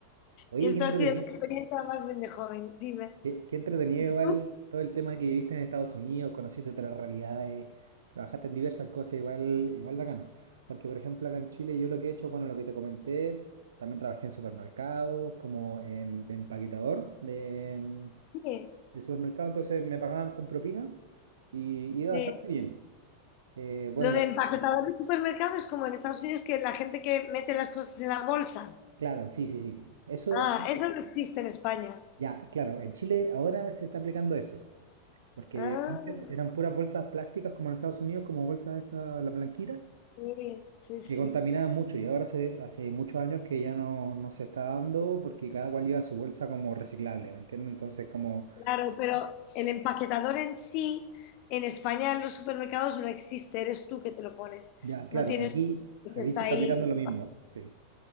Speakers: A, on the right (about 65°); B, on the left (about 45°).
A: Oye,
B: Y esto
A: qué entretenido.
B: ha sido mi experiencia más bien de joven, dime.
A: Qué, qué entretenido igual
B: ¿no?
A: todo el tema que viviste en Estados Unidos, conociste otras realidades, trabajaste en diversas cosas, igual, igual bacán. Porque por ejemplo acá en Chile yo lo que he hecho, bueno, lo que te comenté, también trabajé en supermercados, como en, de empaquetador de,
B: Sí,
A: de supermercado, entonces me pagaban con propina y iba
B: sí.
A: bastante bien. Eh, bueno,
B: Lo de
A: de-
B: empaquetador de supermercado es como en Estados Unidos que la gente que mete las cosas en la bolsa.
A: claro, sí, sí, sí. Eso,
B: Ah, eso no existe en España.
A: ya, claro, en Chile ahora se está aplicando eso, porque
B: Ah,
A: antes eran puras bolsas plásticas como en Estados Unidos, como bolsas esta, la blanquita.
B: sí, sí,
A: que
B: sí.
A: contaminaba mucho y ahora hace, hace muchos años que ya no, no se está dando porque cada cual lleva su bolsa como reciclable, ¿me entiendes? Entonces, como,
B: Claro, pero
A: ah,
B: el empaquetador en sí, en España en los supermercados no existe, eres tú que te lo pones.
A: ya, claro,
B: No tienes
A: aquí,
B: un
A: aquí
B: que está
A: se está
B: ahí.
A: aplicando lo mismo, sí.